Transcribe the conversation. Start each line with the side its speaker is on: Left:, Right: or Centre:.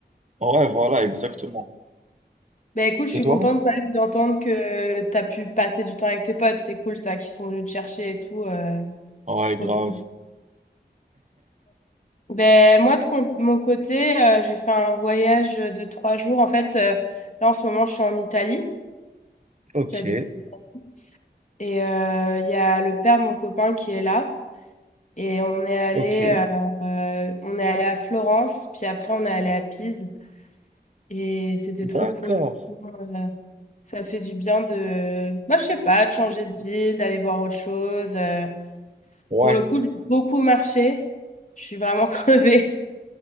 Right: Ouais, voilà, exactement.
Left: Ben écoute, je
Right: Et
Left: suis
Right: toi?
Left: contente quand même d'entendre que tu as pu passer du temps avec tes potes. C'est cool ça, qu'ils sont venus te chercher et tout. euh,
Right: Ouais,
Left: trop
Right: grave.
Left: sympa. Ben moi, de mon mon côté, euh, j'ai fait un voyage de trois jours. En fait, euh, là en ce moment, je suis en Italie.
Right: Ok,
Left: J'habite. en Italie. Et euh, il y a le père de mon copain qui est là. Et on est allé,
Right: ok.
Left: euh, euh, on est allé à Florence, puis après on est allé à Pise. Et c'était trop
Right: D'accord.
Left: cool. Euh, ça fait du bien de, bah, je sais pas, de changer de ville, d'aller voir autre chose. Euh,
Right: Ouais,
Left: pour le coup, j'ai beaucoup marché. Je suis vraiment <laughs> crevée.